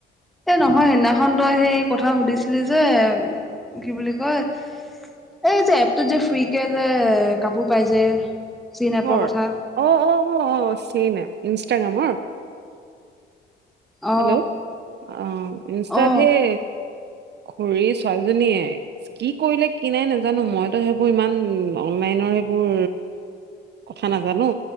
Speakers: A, in the centre; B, on the right.
A: এ নহয় সেইদিনাখন তই সেই কথা সুধিছিলি যে কি বুলি কয় এই যে এপটোত যে ফ্ৰী কে যে কাপোৰ পাই যে। চীন
B: কিহৰ?
A: এপৰ কথা
B: অ-অ-অ-অ চেইন এপ ইনষ্টাগ্ৰামৰ?
A: অ
B: হেল্ল, অ ইনষ্টাত
A: অ
B: সেই খুৰীৰ ছোৱালীজনীয়ে কি কৰিলে কি নাই নাজানো। মইতো সেইবোৰ ইমান অনলাইনৰ সেইবোৰ কথা নাজানো।